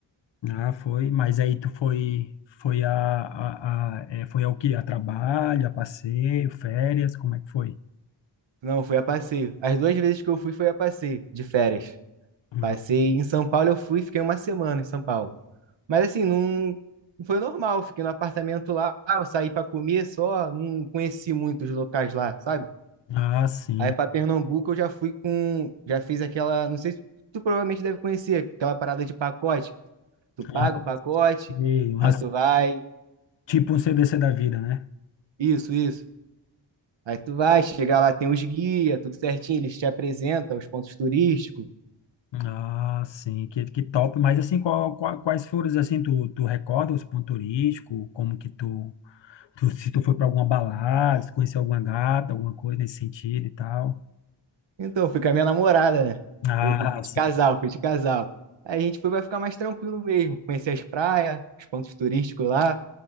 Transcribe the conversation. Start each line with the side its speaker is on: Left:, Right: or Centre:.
Left: Ah, foi, mas aí tu foi, foi a, a, a- é, foi ao quê? A trabalho, a passeio, férias, como é que foi?
Right: Não, fui a passeio. As duas vezes que eu fui foi a passeio, de férias.
Left: Ah,
Right: Passei em São Paulo, eu fui, e fiquei uma semana em São Paulo. Mas assim, não, não foi normal. Fiquei no apartamento lá, eu saí para comer só, não conheci muitos locais lá, sabe?
Left: ah, sim.
Right: Aí para Pernambuco eu já fui com, já fiz aquela, não sei se tu provavelmente deve conhecer, aquela parada de pacote. Tu paga
Left: Ah,
Right: o pacote,
Left: sei, umas-
Right: aí tu vai,
Left: tipo um CDC da vida, né?
Right: isso, isso. Aí tu vai, chegar lá, tem os guias, tudo certinho, eles te apresentam os pontos turísticos.
Left: Ah, sim, que, que top. Mas assim, qual, qua- quais foram, assim, tu, tu recorda os pontos turísticos? Como que tu, tu, se tu foi para alguma balada, se conheceu alguma gata, alguma coisa nesse sentido e tal?
Right: Então, eu fui com a minha namorada, né?
Left: Ah,
Right: Fui fui de
Left: sim.
Right: casal, fui de casal. Aí a gente foi vai ficar mais tranquilo mesmo, conhecer as praias, os pontos turísticos lá.